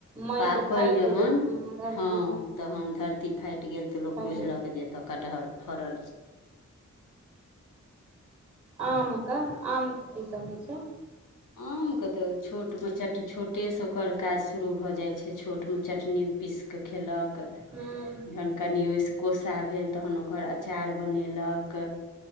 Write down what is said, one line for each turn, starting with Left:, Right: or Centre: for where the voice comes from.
Right: माटि
Left: पाकल
Right: फाटि
Left: जहन
Right: जाइ हूं धरती
Left: ह
Right: हूं
Left: तहन धरती फाटि गेल तऽ लोक
Right: फाटि
Left: बुझल
Right: जाइ छै
Left: कऽ जे एतऽ कटहर फड़ल
Right: आम कऽ आम कऽ किसभ होइ छै
Left: आमके तऽ छोटमे चट छोटेसँ ओकर काज शुरू भऽ जाइ छै, छोटमे चटनी पीस कऽ के खेल कऽ
Right: हूं
Left: जन कनि ओहिस कोसा भेल तहन ओकर अचार बनेल कऽ